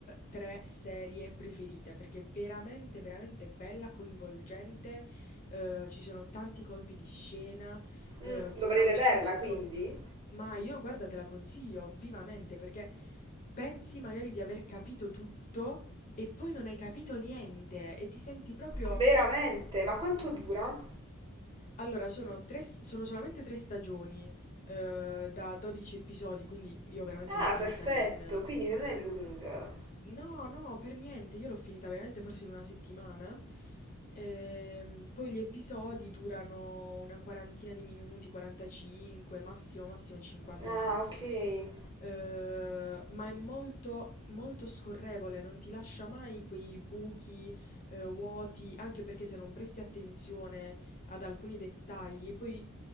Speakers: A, on the left; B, on the right.
A: 3 serie preferite perché è veramente, veramente bella, coinvolgente. eh, ci sono tanti colpi di scena.
B: Mm,
A: eh,
B: dovrei
A: a un
B: vederla
A: certo punto,
B: quindi?
A: ma io guarda, te la consiglio vivamente perché pensi magari di aver capito tutto e poi non hai capito niente e ti senti proprio
B: Veramente? Ma quanto dura?
A: allora, sono, tre, sono solamente tre stagioni, eh, da 12 episodi, quindi io veramente
B: Ah,
A: l'ho finita
B: perfetto,
A: in...
B: quindi non è lunga.
A: No, no, per niente, io l'ho finita veramente forse in una settimana. Ehm, poi gli episodi durano una quarantina di minuti, 45, massimo, massimo 50
B: Ah,
A: minuti.
B: ok.
A: Eh, ma è molto, molto scorrevole, non ti lascia mai quei buchi, eh, vuoti, anche perché se non presti attenzione ad alcuni dettagli, e poi